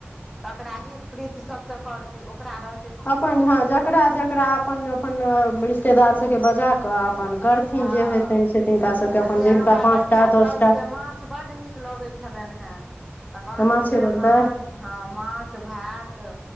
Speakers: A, in the centre; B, on the left.
A: तकरा हित प्रीत सबसँ करतै ओकरा रहत
B: अपन हँ जकरा जकरा अपन अपन रिश्तेदार सभके बजा कऽ अपन करथिन
A: हँ
B: जे हेतनि से तिनका सभके अपन
A: तऽ किया
B: जिनका
A: हमरा
B: पाँच
A: ददिया
B: टा दस
A: साउसके
B: टा
A: माछ बड्ड नीक लगैत छै छलनि हेँ तऽ कहलखिन
B: माछे
A: उएह
B: बनतै
A: माछ हँ माछ भात